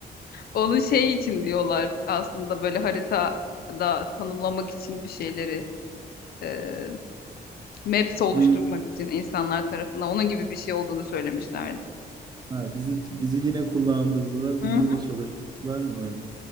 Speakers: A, on the left; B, on the right.
A: Onu şey için diyorlar aslında böyle haritada tanımlamak için bir şeyleri e, maps oluşturmak
B: Hı.
A: için insanlar tarafından onun gibi bir şey olduğunu söylemişlerdi.
B: Ha, bizi bizi yine kullandırdılar.
A: Hı
B: Bizi
A: hı.
B: yine çalıştırdılar mı?